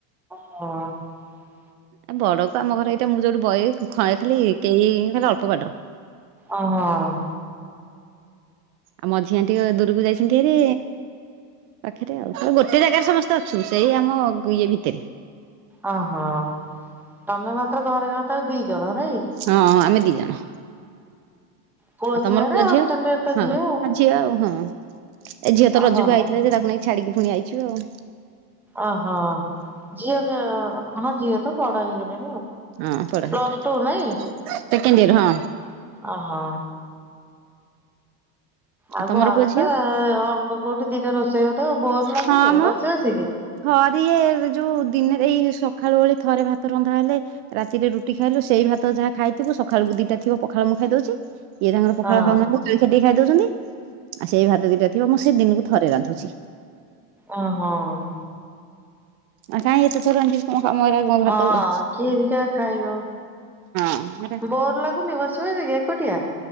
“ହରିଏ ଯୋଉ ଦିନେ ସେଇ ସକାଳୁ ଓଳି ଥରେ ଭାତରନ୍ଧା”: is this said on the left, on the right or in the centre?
Right